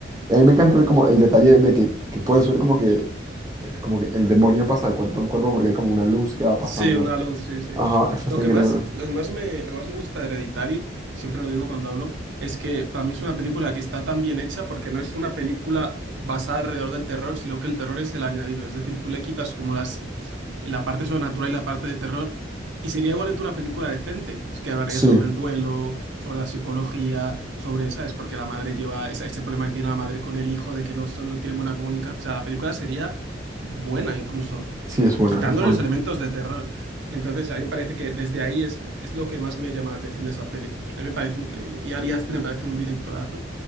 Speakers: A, on the right (about 20°); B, on the right (about 70°).
A: a mí me encanta como el detalle de que, que puedes ver como que, eh, como que el demonio pasa de cuerpo en cuerpo porque hay como una luz que va pasando.
B: Sí, una luz, sí, sí.
A: Ajá, eso
B: Lo
A: está
B: que
A: increíble.
B: más, lo que más me, lo que más me gusta de Hereditary, siempre lo digo cuando hablo, es que para mí es una película que está tan bien hecha porque no es una película basada alrededor del terror, sino que el terror es el añadido. Es decir, tú le quitas como las, la parte sobrenatural y la parte de terror y sería igualmente una película decente. Es que hablaría
A: Sí,
B: sobre el duelo, sobre la psicología, sobre, ¿sabes? Porque la madre lleva esa- ese problema que tiene la madre con el hijo de que no, son, no tienen buena comunicación. O sea, la película sería buena incluso
A: sí, es buena,
B: quitándole
A: es buena.
B: los elementos de terror. Entonces, a mí me parece que desde ahí es, es lo que más me llama la atención de esa peli. A mí me parece increíble. Y Ari Aster me parece un directorazo.